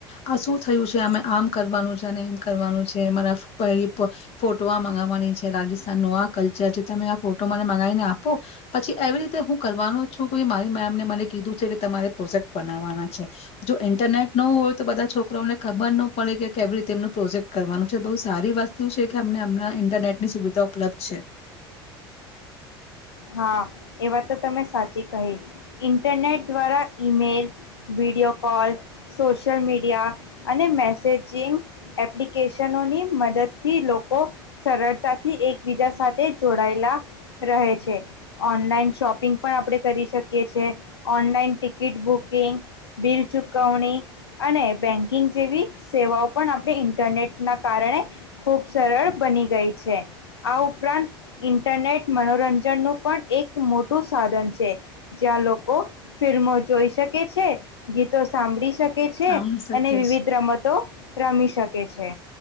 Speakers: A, on the left; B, on the left.
A: આ શું થયું છે અમે આમ કરવાનું છે અને એમ કરવાનું છે મારા ફોટો આ મગાવવાની છે રાજસ્થાન નું આ કલ્ચર છે તમે આ ફોટો મને લઈને આપો પછી એવી રીતે હું કરવાનો છું કે મારી મેમને મને કીધું છે કે તમારે પ્રોજેક્ટ બનાવવાના છે. જો ઇન્ટરનેટ નો હોય તો બધા છોકરાને ખબર ન પડે કે કેવી રીતે એમનું પ્રોજેક્ટ કરવાનું છે બહુ સારી વસ્તુ છે કે અમનેમ ઈન્ટરનેટ ની સુવિધા ઉપલબ્ધ છે.
B: હા એ વાત તો તમે સાચી કહી, ઇન્ટરનેટ દ્વારા email video call, social media અને મેસેજિંગ એપ્લિકેશનોની મદદથી લોકો સરળતાથી એકબીજા સાથે જોડાયેલા રહે છે. ઓનલાઈન શોપિંગ પણ આપણે કરી શકીએ છીએ, ઓનલાઈન ટિકિટ બુકિંગ, બિલ ચુકવણી અને બેન્કિંગ જેવી સેવાઓ પણ આપણે ઇન્ટરનેટના કારણે ખૂબ સરળ બની ગઈ છે. આ ઉપરાંત ઇન્ટરનેટ મનોરંજનનું પણ એક મોટું સાધન છે જ્યાં લોકો ફિલ્મો જોઈ શકે છે, ગીતો સાંભળી શક છે
A: આમ શક્ય
B: અને
A: છે.
B: વિવિધ રમતો રમી શકે છે.